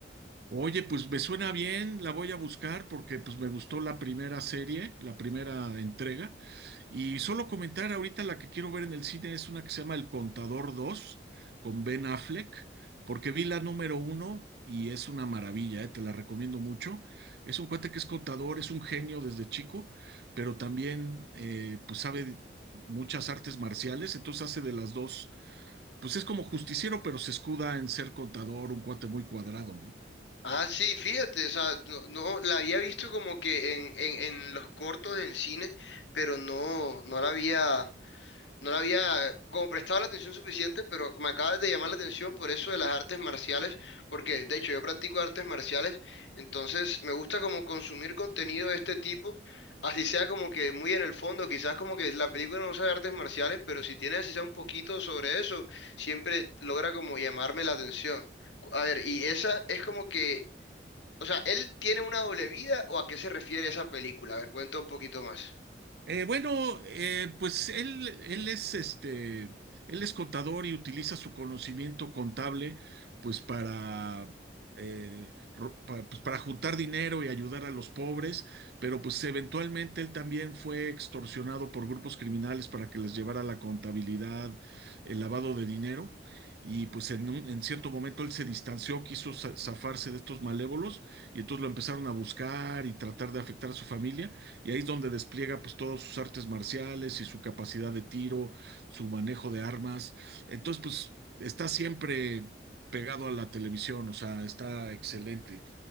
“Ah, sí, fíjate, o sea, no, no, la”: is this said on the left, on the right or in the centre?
Left